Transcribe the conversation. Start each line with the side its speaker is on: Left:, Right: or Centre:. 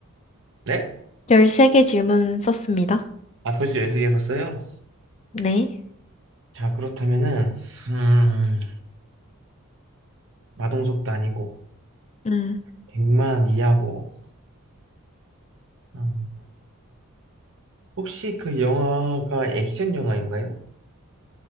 Right: 네?
Left: 13개 질문 썼습니다.
Right: 아, 벌써 열0시에 썼어요?
Left: 네.
Right: 자, 그렇다면은, 음, 마동석도 아니고,
Left: 음,
Right: 백만 이하고, 음, 혹시 그 영화가 액션 영화인가요?